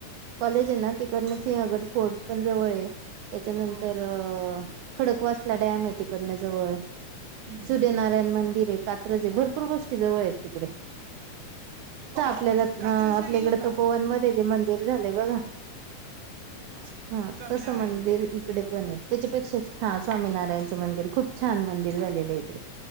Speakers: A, on the right; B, on the right.
A: कॉलेजये नां तिकडनं सिंहगड फोर्ट पणं जवळंये आहे त्यांच्यानंतर
B: हो हो
A: अं खडकवांसला डॅमये आहे तिकडनं जवळं
B: हम्म हम्म
A: सूर्यनारांयण
B: हम्म
A: मंदिरये आहे कात्रंजे भरंपूर गोष्टी जवळं आहेतं तिकडे आपल्यां
B: हम्म कात्रजला गेलो
A: इकडं
B: होतो आम्ही
A: तपोवन मध्यें जे मंदिर झालंय बघां
B: अ
A: हां
B: स्वामीनारायण
A: तसं मंदिर आहे इकडे पणंये त्यांच्यापेक्षा हां स्वामीनारांयणचं मंदिर खूंप छांन मंदिर झालेलं आहे इकडे